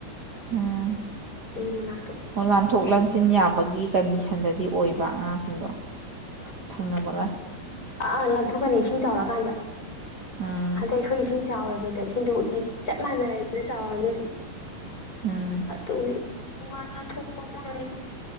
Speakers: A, on the right (about 30°); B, on the left (about 20°).
A: ꯎꯝ
B: ꯑꯌꯨ ꯃꯅꯥ
A: ꯑꯣ ꯂꯥꯟꯊꯣꯛꯂ ꯍꯥꯟꯁꯤꯟ ꯌꯥꯕꯒꯤ ꯀꯟꯗꯤꯁꯟꯗꯗꯤ ꯑꯣꯏꯕ ꯉꯥꯁꯤꯡ ꯇꯤꯡꯗ ꯊꯪꯅꯕꯒ
B: ꯑ ꯥꯊꯣꯛꯀꯅꯤ ꯏꯁꯤꯡ ꯆꯥꯎꯔꯀꯥꯟꯗ
A: ꯎꯝ
B: ꯍꯟꯗꯛ ꯑꯩꯈꯣꯏ ꯏꯁꯤꯡ ꯆꯥꯎꯋꯦꯕꯩꯗ ꯏꯁꯤꯡꯗꯨꯗꯤ ꯆꯞ ꯃꯥꯟꯅꯔꯦꯗꯅ ꯆꯥꯎꯔꯕꯅꯤ
A: ꯎꯝ
B: ꯑꯗꯨꯒꯤ ꯇꯣꯉꯥꯟꯅ ꯊꯣꯛꯄ ꯑꯃ ꯑꯣꯏꯣꯏꯗꯣ